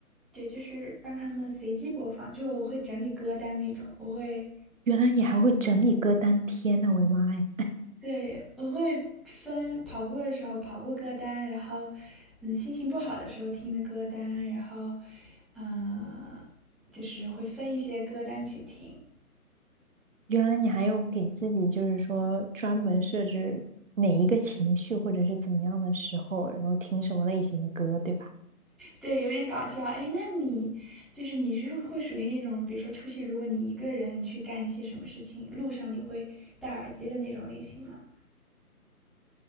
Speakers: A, in the centre; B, on the right (about 60°).
A: 对，就是让他们随机播放，就我会整理歌单那种，我会，
B: 原来你还会整理歌单，天呐，我的妈呀！
A: 对，我会分跑步的时候跑步歌单，然后，嗯，心情不好的时候听的歌单，然后，嗯、就是会分一些歌单去听。
B: 原来你还有给自己，就是说专门设置哪一个情绪或者是怎么样的时候，然后听什么类型的歌，对吧？
A: 对，有点搞笑。哎，那你就是你是会属于那种，比如说出去，如果你一个人去干一些什么事情，路上你会戴耳机的那种类型吗？